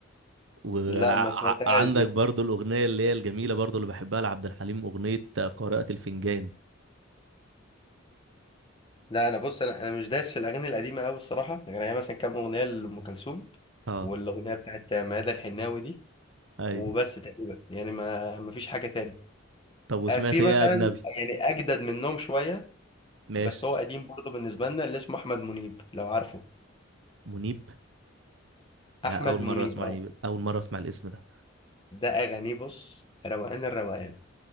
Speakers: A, on the right; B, on the left.
A: وعندك
B: لا ما سمعتهاش دي
A: برضو الأغنية اللي هي الجميلة برضو اللي بحبها لعبد الحليم أغنية قارئة الفنجان
B: لا انا بص انا انا مش دايس في الاغاني القديمه قوي الصراحه يعني هي مثلا كام اغنيه لام كلثوم
A: اه
B: والاغنيه بتاعت ميادة الحناوي دي
A: ايوه
B: وبس تقريبا يعني ما ما فيش حاجه تاني
A: طب وسمعت
B: آه، في
A: ايه
B: مثلا
A: يا اجنبي
B: يعني اجدد منهم شويه
A: ماشي
B: بس هو قديم برضه بالنسبه لنا اللي اسمه احمد منيب لو عارفه
A: منيب لا
B: احمد
A: اول مره
B: منيب
A: اسمع
B: اه
A: منيب اول مره اسمع الاسم ده
B: ده اغانيه بص روقان الروقان